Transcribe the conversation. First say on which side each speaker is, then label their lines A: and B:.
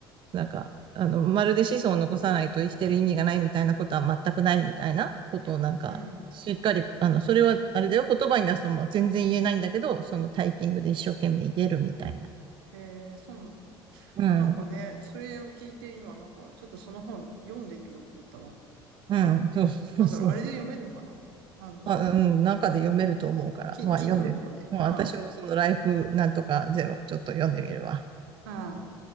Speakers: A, on the right; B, on the right.
A: なんか、あの、まるで子孫を残さないと生きてる意味がないみたいなことは全くないみたいなことをなんか、
B: うん。
A: しっかり、あの、それは、あれだよ、言葉に出すのも全然言えないんだけど、そのタイピングで一生懸命言えるみたいな。
B: へえ、そうなんだ。
A: うん。
B: なんかね、それを聞いて今、なんかちょっとその本読んでみようと思ったわ。
A: うん。そうそうそうそう。
B: なんだろう、あれで読めるのかなあの、
A: あ、うん。中で読めると思うから、
B: キ、
A: まあ読んでみる。
B: Kindle とかで。
A: もう私もそのライフなんとかゼロ、
B: うん。
A: ちょっと読んでみるわ。
B: うん。